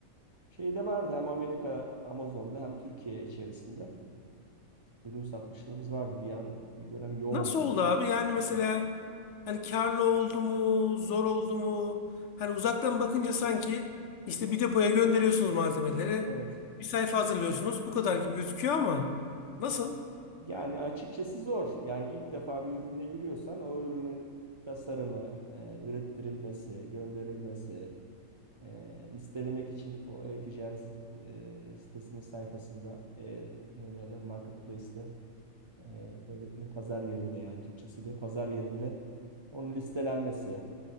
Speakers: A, on the right (about 45°); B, on the left (about 65°).
A: Şey de vardı hem Amerika Amazon'da hem Türkiye içerisinde ürün satmışlığımız vardı. Bir an bir dönem yoğundu.
B: Nasıl oldu abi? Yani mesela hani karlı oldu mu, zor oldu mu? Hani uzaktan bakınca sanki işte bir depoya gönderiyorsunuz malzemeleri.
A: Evet.
B: Bir sayfa hazırlıyorsunuz. Bu kadar gibi gözüküyor ama nasıl?
A: Yani açıkçası zor. Yani ilk defa bir ürüne giriyorsan o ürünün tasarımı, e, ürettirilmesi, gönderilmesi, e, listelemek için o e-ticaret e, sitesinin sayfasında e, ne derler marketplace'te e, ne- ne- pazar yerinde yani Türkçesiyle pazar yerinde onun listelenmesi,